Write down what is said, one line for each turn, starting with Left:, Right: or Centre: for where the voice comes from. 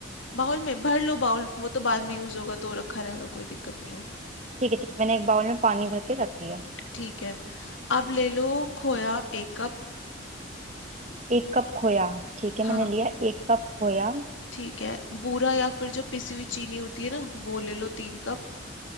Left: बाउल में भर लो बाउल वो तो बाद में यूज होगा तो रखा रहेगा कोई दिक्कत नहीं है
Right: ठीक है ठीक है मैंने एक बाउल में पानी भर के रख लिया
Left: ठीक है अब ले लो खोया एक कप
Right: एक कप खोया ठीक
Left: हाँ
Right: है मैंने लिया एक कप खोया
Left: ठीक है बूरा या फिर जो पिसी हुई चीनी होती है ना वो ले लो तीन कप